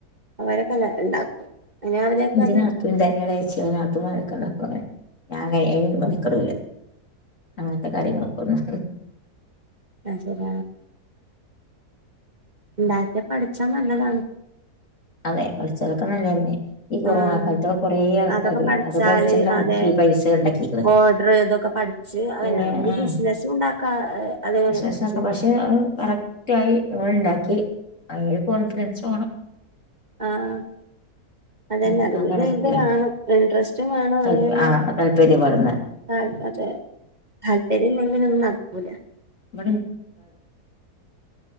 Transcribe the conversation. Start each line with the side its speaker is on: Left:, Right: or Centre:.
Right: അവരൊക്കെഞ്ഞെ ഉണ്ടാക്കും അനെ അവരൊക്കെ
Left: ന്റെ
Right: അത്
Left: നാത്തൂൻ തന്നെളേച്ചി <unintelligible> അങ്ങനെ ഞാനങ്ങ മെനക്കെടൂല അങ്ങനത്തെ കാര്യങ്ങളൊക്കൊന്നും
Right: പശ ര ഉണ്ടാക്കിയ പഠിച്ചാ നല്ലതാണ്
Left: അതെ പഠിച്ചതൊക്കെ നല്ലന്നെ ഈ കൊറോണ
Right: ആഹ്
Left: കാലത്തുള്ള കൊറേ ആൾക്കാര്
Right: അതൊക്കെ പഠിച്ചാല്
Left: അത് പഠിച്ചുണ്ടാക്കി
Right: അതെ
Left: പൈസ ഉണ്ടാക്കി
Right: ഓർഡർ ഇതൊക്കെ പഠിച്ച് അവന
Left: പിന്നെ
Right: ഒരു
Left: ആ
Right: ബിസിനസ്സും ഉണ്ടാക്കാ അതിനെ
Left: വിഷഷൊക്കെ
Right: കുറിച്ച്
Left: പക്ഷെ കറക്റ്റ് ആായി ങ്ങൾ ഇണ്ടാക്കി ഭയങ്കര കോൺഫിഡൻസ് വാണം
Right: ആഹ അതല്ലെ
Left: ഉം,
Right: അതിലൊ
Left: ആ കറക്റ്റ്
Right: ഇത് വേണം ഇൻട്രസ്റ്റും വേണം
Left: താല്പ
Right: അതിര്
Left: ആ താല്പര്യം പറഞ്ഞ
Right: താ അതെ താല്പര്യം ഇല്ലെങ്കി പിന്നെ ഒന്നു നട ഉല
Left: <unintelligible>